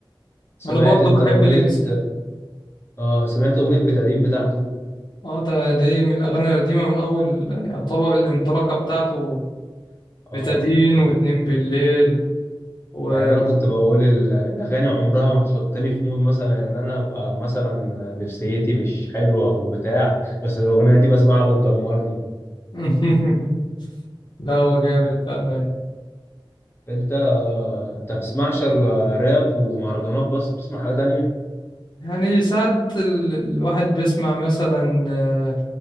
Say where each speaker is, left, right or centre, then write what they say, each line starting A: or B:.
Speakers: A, on the left (about 25°); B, on the left (about 60°).
A: سمعت
B: أنا برضه
A: أنت
B: بحب
A: أغنية
B: ليجاسي
A: آه سمعت أغنية بتادين بتاعته
B: أه ده ده إيه من الأغاني القديمة من أول يعتبر الانطلاقة بتاعته
A: آه
B: بتدين واتنين بالليل و
A: يعني انا كنت بقول ال- الاغاني عمرها ما تحطني في مود مثلا ان انا ابقى مثلا نفسيتي مش حلوه او بتاع بس الاغنيه دي بسمعها بتدمرني
B: <laughs> لا هو جامد بأمانة
A: انت انت بتسمعش الراب ومهرجانات بس بتسمع حاجه تانية
B: يعني ساعات ال- الواحد بيسمع مثلا آه،